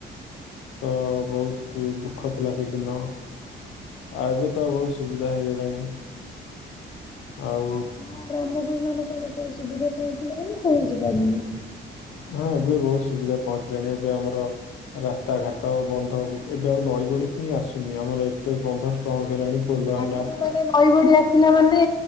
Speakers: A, on the left; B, on the left.
A: ତ ବହୁତ ଦୁଃଖ ଥିଲା ସେଦିନ। ଆଉ ଏବେ ତ ବହୁତ ସୁବିଧା ହେଇଗଲାଣି। ଆଉ
B: ଆପଣ ଗ୍ରାମକୁ ମାନେ କଣ କଣ ସୁବିଧା ପହଁଞ୍ଚିଲାନି ନା ପହଞ୍ଚି ପାରୁନି।
A: ହଁ ଏବେ ବହୁତ ସୁବିଧା ପହଞ୍ଚିଲାଣି ଏବେ ଆମର ରାସ୍ତା ଘାଟ ବନ୍ଧ ହଉ ଏବେ ଆଉ ନଈ ବଡି ହିଁ ଆସୁନି ଆମର ଏତେ ବନ୍ଧ ଷ୍ଟ୍ରଙ୍ଗ ହେଲାଣି। ପୋଲ ହେଲା
B: ଆଗରୁ ମାନେ ନଈ ବଢି ପିଲା ମାନେ